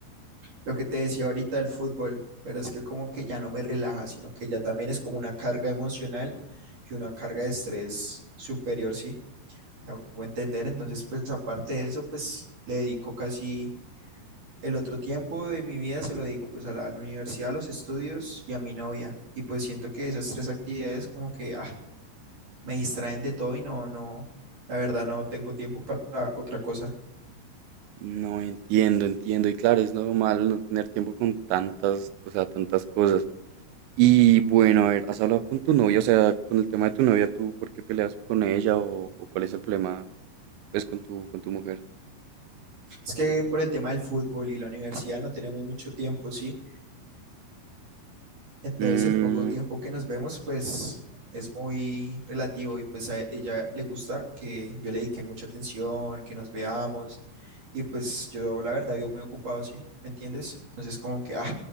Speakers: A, on the right (about 40°); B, on the right (about 80°).
A: lo que te decía ahorita del fútbol, pero es que como que ya no me relaja, sino que ya también es como una carga emocional y una carga de estrés superior, ¿sí? Me hago entender, entonces pues aparte de eso, pues le dedico casi el otro tiempo de mi vida, se lo dedico pues a la, a la universidad, a los estudios y a mi novia. Y pues siento que esas tres actividades como que ah, me distraen de todo y no, no, la verdad no tengo tiempo para otra cosa.
B: No entiendo, entiendo. Y claro, es normal no tener tiempo con tantas, o sea, tantas cosas. Y bueno, a ver, ¿has hablado con tu novia? O sea, con el tema de tu novia, ¿tú por qué peleas con ella o, o cuál es el problema, pues, con tu, con tu mujer?
A: Es que por el tema del fútbol y la universidad no tenemos mucho tiempo, ¿sí? Entonces
B: Mm,
A: el poco tiempo que nos vemos, pues es muy relativo y pues a ella le gusta que yo le dedique mucha atención, que nos veamos y pues yo la verdad vivo muy ocupado, ¿sí? ¿Me entiendes? Entonces como que, ah,